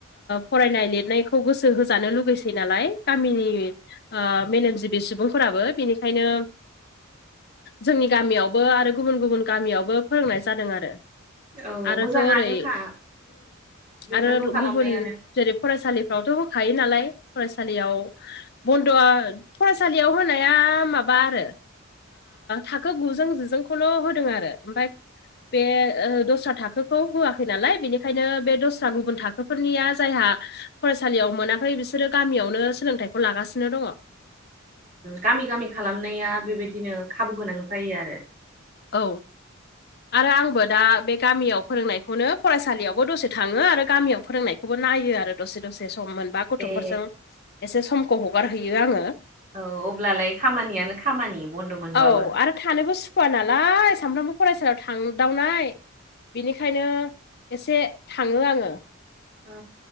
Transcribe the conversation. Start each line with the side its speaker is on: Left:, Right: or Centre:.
Left: फरायनाय लिरनायखौ गोसो होजानो लुगैसै नालाय गामिनि मेलेमजिबि सुबुंफोराबो बेनिखायनो जोंनि गामियावबो आरो गुबुन गुबुन गामियावबो फोरोंनाय जादों आरो
Right: औ
Left: आरोथ'
Right: मोजाङानोखा
Left: ओरै
Right: बेफोरखौ
Left: आरो
Right: खालामनायानो
Left: गुबुन जेरै फरायसालिफ्रावथ' होखायो नालाय फरायसालियाव बन्द'आ फरायसालियाव होनाया माबा आरो। थाखो गुजों जिजोंखौल' होदों आरो ओमफ्राय। बे दस्रा थाखोखौ होआखै नालाय बेनिखायनो बे दस्रा गुबुन थाखोफोरनिया जायहा फरायसालियाव मोनाखै बिसोरो गामियावनो सोलोंथाइखौ लागासिनो दङ।
Right: गामि गामि खालामनाया बेबायदिनो खाबु गोनां जायो आरो।
Left: औ आरो आंबो दा बे गामियाव फोरोंनायखौनो फरायसालियावबो दसे थाङो आरो गामियाव फोरोंनायखौ खौबो नायो आरो दसे दसे सम मोनबा गथ'फोरजों
Right: ए
Left: एसे समखौ हगारहैयो आङो।
Right: औ अब्लालाय खामानियानो खामानि बन्द' मोनबाबो।
Left: औ आरो थानोबो सुखुवा नालाय सामफ्रामबो फरायसालियाव थांदावनाय। बिनिखायनो एसे थाङो आङो।
Right: औ